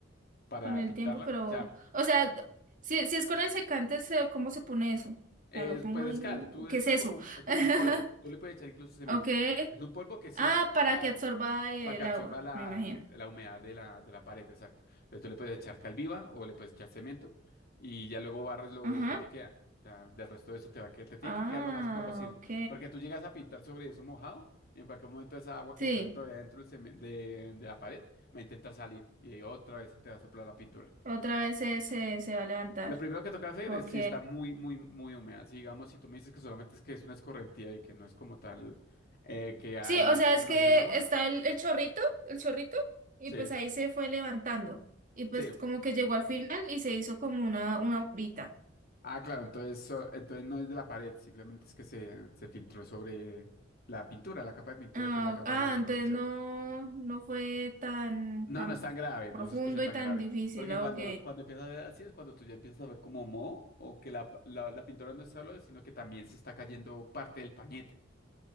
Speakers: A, on the left; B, on the right.
A: para
B: con el
A: pintarla.
B: tiempo, pero,
A: O sea,
B: o sea, si, si es con el secante, se- ¿cómo se pone eso? O
A: Es,
B: sea, lo pongo
A: pues
B: ahí,
A: es claro, tú, eso
B: ¿qué es eso?
A: es como, es como
B: <laughs>
A: un polvo. Tú le puedes echar incluso cemento.
B: Ok.
A: Es un polvo que sí
B: Ah,
A: o sí
B: para
A: ah,
B: que absorba el
A: para que absorba
B: agua,
A: la,
B: me imagino.
A: la humedad de la, de la pared, exacto. Entonces tú le puedes echar cal viva o le puedes echar cemento y ya luego barres lo,
B: Ajá.
A: lo que te queda. O sea, del resto de eso te va a quedar, te tiene
B: Ah,
A: que quedar lo más seco posible.
B: ok.
A: Porque tú llegas a pintar sobre eso mojado, en cualquier momento esa agua
B: Sí,
A: que está todavía dentro del cemen- de, de la pared va a intentar salir y ahí otra vez se te va a soplar la pintura.
B: otra vez se, se, se va a levantar.
A: Lo primero que toca hacer
B: Ok.
A: es si está muy, muy, muy húmeda. Si digamos, si tú me dices que solamente es que es una escorrentía y que no es como tal eh, que ahí
B: Sí, o sea,
A: se
B: es
A: almacene
B: que
A: agua.
B: está el, el chorrito, el chorrito, y
A: Sí,
B: pues ahí se fue levantando. Y pues
A: sí.
B: como que llegó al final y se hizo como una, una bombita.
A: Ah, claro, entonces, so- entonces no es de la pared, simplemente es que se, se filtró sobre la pintura, la capa de pintura,
B: Ah,
A: que es la capa
B: ah,
A: más superficial.
B: entonces no, no fue tan,
A: No,
B: tan
A: no es tan grave,
B: profundo
A: no se escucha tan
B: y tan
A: grave.
B: difícil.
A: Porque
B: Ok,
A: cuando, cuando empiezas a ver así es cuando tú ya empiezas a ver como moho o que la, la, la pintura no es solo, sino que también se está cayendo parte del pañete.